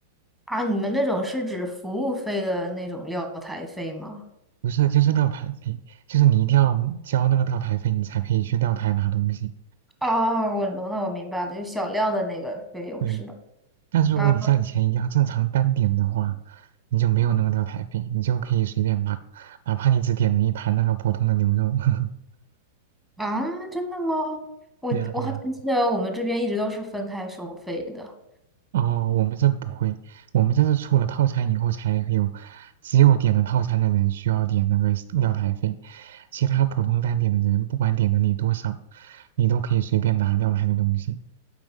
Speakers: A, in the centre; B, on the right.
A: 啊，你们那种是指服务费的那种料台费吗？
B: 不是，就是料台费，就是你一定要交那个料台费，你才可以去料台拿东西。
A: 哦，我懂了，我明白了，就小料的那个费用是吧？
B: 对，但是如果你像以前一样正常单点的话，
A: 啊
B: 你就没有那个料台费，你就可以随便拿，哪怕你只点了一盘那个普通的牛肉。<laughs>
A: 啊，真的吗？我我好像记得我们这边一直都是分开收费的。
B: 对呀，对呀。哦，我们这不会，我们这是出了套餐以后才会有，只有点了套餐的人需要点那个料台费，其他普通单点的人不管点了你多少，你都可以随便拿料台的东西。